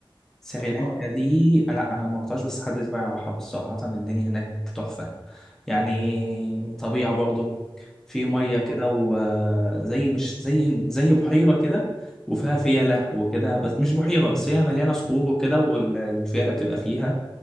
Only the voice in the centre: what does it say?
سريلانكا
دي لا انا ما رحتهاش بس حد تبعي راحها بس صراحة الدنيا هناك تحفة يعني طبيعة برضه في مية
كده وزي مش زي زي بحيرة كده وفيها فيلة وكده بس مش بحيرة بس هي مليانة صخور وكده والفيلة بتبقى فيها